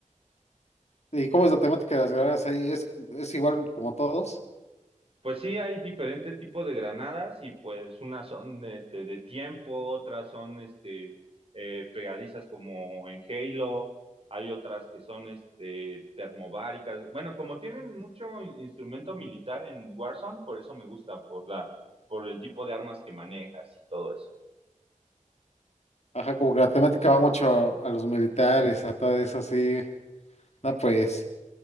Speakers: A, on the left; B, on the right.
A: ¿Y cómo es la temática de las guerras ahí? ¿Es, es igual como todos?
B: Pues sí, hay diferentes tipos de granadas y pues unas son este, de tiempo, otras son este, eh, pegadizas como en Halo, hay otras que son este, termobáricas. Bueno, como tienen mucho in- instrumento militar en Warzone, por eso me gusta, por la, por el tipo de armas que manejas y todo eso.
A: Ajá, como que la temática va mucho a, a los militares, a todo eso, sí. No, pues,